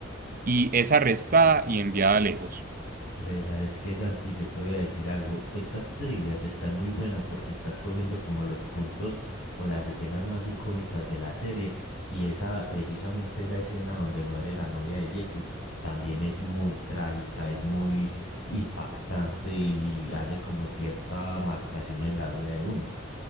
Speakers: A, on the right; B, on the left.
A: y es arrestada y enviada lejos.
B: Ves, sabes que Santi, yo te voy a decir algo. Estas trivias están muy buenas porque estás cogiendo como los puntos o las escenas más icónicas de la serie. Y esa, precisamente esa escena donde muere la novia de Jesse, también es muy trágica, es muy impactante y hace como cierta marcación en la vida de uno.